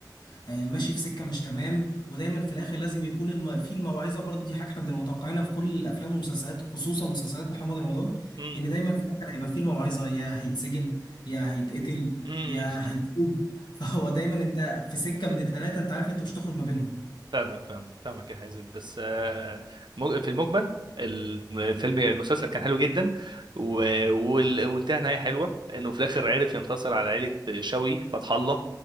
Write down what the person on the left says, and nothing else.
آه، ماشي في سكة مش تمام ودايما في الآخر لازم يكون الم... في الموعظة برضه دي حاجة إحنا بنبقى متوقعينها في كل الأفلام والمسلسلات خصوصا مسلسلات محمد رمضان
إن دايما في الآخر هيبقى في الموعظة يا هيتسجن يا هيتقتل
يا هيتوب فهو دايما انت في سكه من الثلاثه انت عارف انت مش هتخرج ما بينهم